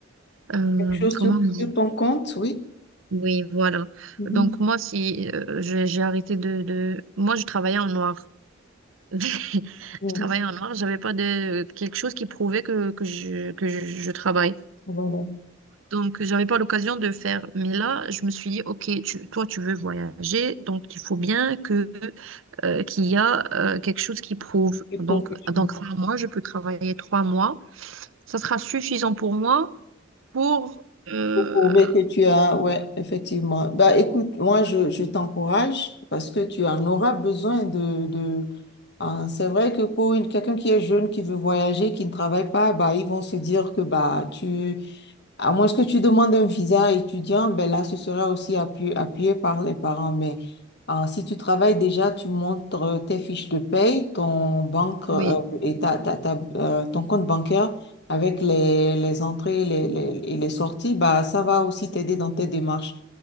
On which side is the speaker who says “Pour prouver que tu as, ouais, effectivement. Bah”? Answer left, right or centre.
Left